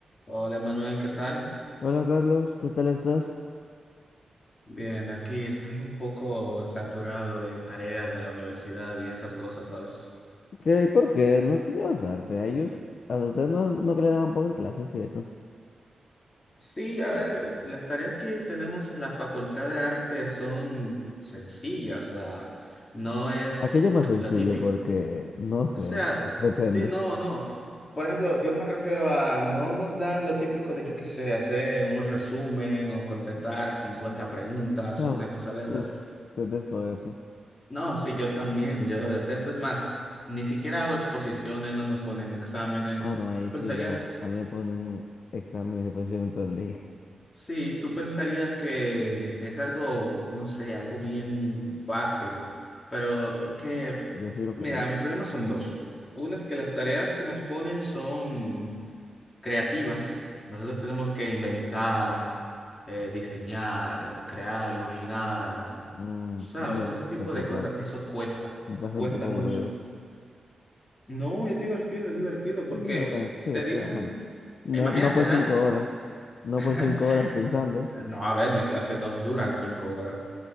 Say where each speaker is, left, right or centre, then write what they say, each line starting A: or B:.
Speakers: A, on the left; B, on the left.
A: Hola Manuel, ¿qué tal?
B: Hola Carlos, ¿qué tal estás?
A: Bien, aquí estoy un poco saturado de tareas de la universidad y esas cosas, ¿sabes?
B: ¿Qué y por qué no estudiabas arte? A ellos, a ustedes no, no que le daban pocas clases y eso.
A: Sí, a ver, las tareas que tenemos en la Facultad de Arte son sencillas, o sea, no es
B: Aquello más sencillo
A: lo típico,
B: porque, no sé,
A: o sea,
B: o sea, <laughs> depende.
A: sí, no, no. Por ejemplo, yo me refiero a no nos dan lo típico de, yo qué sé, hacer un resumen o contestar 50 preguntas
B: Ah,
A: o una cosa de esas.
B: uf, detesto eso.
A: No, sí, yo también, yo lo detesto. Es más, ni siquiera hago exposiciones, no nos ponen exámenes.
B: Ah, no, ahí
A: ¿Tú pensarías,
B: sí ya, a mí me ponen exámenes y posiciones todo el día.
A: sí, tú pensarías que es algo, no sé, algo bien fácil, pero que,
B: Yo sí lo
A: mira,
B: creo.
A: mi problema son dos. Uno es que las tareas que nos ponen son creativas. Nosotros tenemos que inventar, eh, diseñar, crear, imaginar,
B: Mm,
A: ¿sabes?
B: no me gusta
A: Ese tipo
B: esa
A: de cosas,
B: parte,
A: eso cuesta,
B: me pasa
A: cuesta
B: un poco
A: mucho.
B: aburrido.
A: No, es divertido, es divertido porque
B: Ah, sí,
A: te
B: sí,
A: dicen,
B: ajá. No,
A: imagínate,
B: no por
A: dan,
B: cinco horas, no
A: <laughs>
B: por cinco horas pensando,
A: no, a ver, mis clases no duran cinco horas,